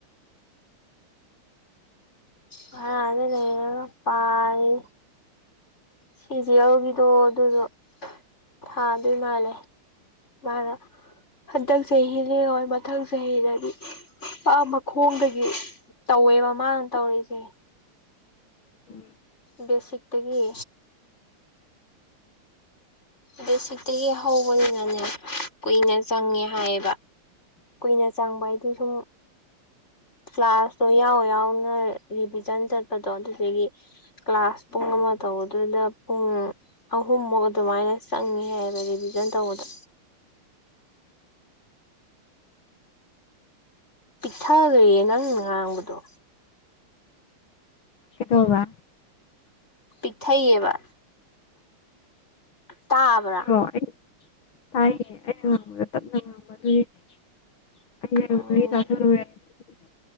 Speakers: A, on the left; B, on the left.
A: ꯕꯔꯥꯗ ꯂꯩꯔꯒꯥ ꯄꯥꯔꯤ꯫ ꯁꯤꯖꯤꯑꯦꯜ ꯒꯤꯗꯣ ꯑꯗꯨꯗꯣ ꯊꯥꯗꯣꯏ ꯃꯥꯜꯂꯦ꯫ ꯃꯥꯅ ꯍꯟꯗꯛ ꯆꯍꯤ ꯂꯦꯡꯉꯣꯏ ꯃꯊꯪ ꯆꯍꯤꯗꯗꯤ꯫ ꯑ ꯃꯈꯣꯡꯗꯒꯤ ꯇꯧꯋꯦꯕ ꯃꯥꯅ ꯇꯧꯔꯤꯖꯦ꯫
B: <inaudible>
A: ꯕꯦꯁꯤꯛꯇꯒꯤ꯫ ꯕꯦꯁꯤꯛꯇꯒꯤ ꯍꯧꯕꯅꯤꯅꯅꯦ ꯀꯨꯏꯅ ꯆꯪꯉꯦ ꯍꯥꯏꯌꯦꯕ ꯀꯨꯏꯅ ꯆꯪꯕ ꯍꯥꯏꯗꯤ ꯁꯨꯝ ꯐ꯭ꯂꯁꯇꯣ ꯌꯥꯎ ꯌꯥꯎꯅ ꯔꯤꯚꯤꯖꯟ ꯆꯠꯄꯗꯣ ꯑꯗꯨꯗꯨꯒꯤ꯫ ꯀ꯭ꯂꯥꯁ ꯄꯨꯡ ꯑꯃ ꯇꯧꯕꯗꯨꯗ ꯄꯨꯡ ꯑꯍꯨꯝꯃꯨꯛ ꯑꯗꯨꯃꯥꯏꯅ ꯆꯪꯉꯤꯍꯦ ꯔꯤꯚꯤꯖꯟ ꯇꯧꯕꯗ ꯄꯤꯛꯊꯥꯒ꯭ꯔꯦ ꯅꯪ ꯉꯥꯡꯕꯗꯣ
B: ꯀꯩꯗꯧꯕ꯫
A: ꯄꯤꯛ ꯊꯩꯌꯦꯕ ꯇꯥꯕ꯭ꯔꯥ
B: <unintelligible> <unintelligible>
A: ꯎꯝ